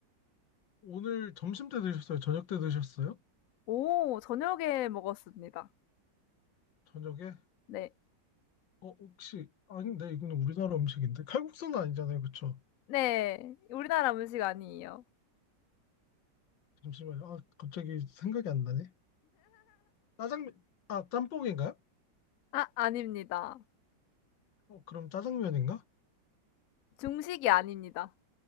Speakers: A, on the left; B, on the left.
A: 오늘 점심 때 드셨어요? 저녁 때 드셨어요?
B: 오, 저녁에 먹었습니다.
A: 저녁에?
B: 네.
A: 어, 혹시, 아닌데, 이거는 우리나라 음식인데? 칼국수는 아니잖아요, 그쵸?
B: 네. 우리나라 음식 아니에요.
A: 잠시만요. 아, 갑자기 생각이 안 나네. 짜장면, 아, 짬뽕인가요?
B: 아, 아닙니다.
A: 어, 그럼 짜장면인가?
B: 중식이 아닙니다.